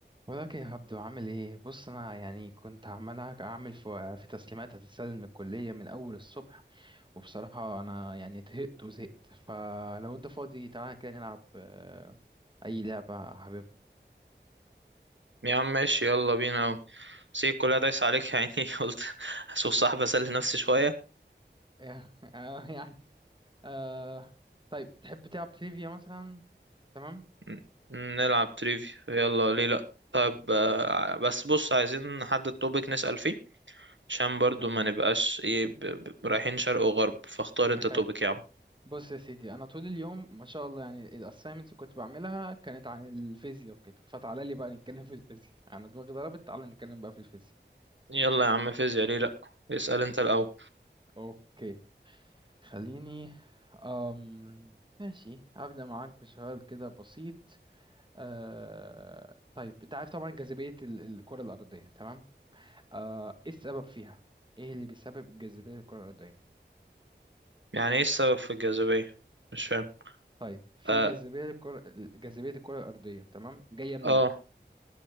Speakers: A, on the right (about 25°); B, on the right (about 80°).
A: ولك يا عبدو عامل ايه بص انا يعني كنت عمال اعمل في, في تسليمات هتتسلم من الكليه من اول الصبح وبصراحه انا يعني طهقت وزهقت فلو انت فاضي تعالى كده نلعب آه، اي لعبه حبيبها
B: يا عم ماشي يلا بينا أوي. سيب كلها دايس عليك يا عيني <laughs> قلت اشوف صاحب اسلي نفسي شوية
A: <laughs> آه، يعني آه طيب تحب تلعب تريفيا مثلا تمام
B: ن- نلعب تريفي يلا ليه لأ طيب
A: اوكي
B: آه، بس بص عايزين نحدد توبيك نسأل فيه عشان
A: اوكي
B: برضو ما نبقاش ايه ب- ب- رايحين شرق وغرب فاختار انت
A: حلو
B: توبيك يا عم
A: بص يا سيدي انا طول اليوم ما شاء الله يعني الاسايمنتس كنت بعملها كانت عن الفيزياء وكده فتعالى لي بقى نتكلم في الفيزياء انا دماغي ضربت تعالى نتكلم بقى في الفيزياء
B: يلا يا عم فيزياء ليه لأ اسأل انت الأول
A: اوكي خليني أم... ماشي هبدأ معاك بسؤال كده بسيط أه... طيب انت عارف طبعا جاذبية ال- الكرة الأرضية تمام أه... ايه السبب فيها ايه اللي بيسبب الجاذبية للكرة الأرضية
B: يعني ايه السبب في الجاذبية مش فاهم
A: طيب في
B: اه
A: جاذبية الكرة جاذبية الكرة الأرضية تمام جاية منين
B: آه،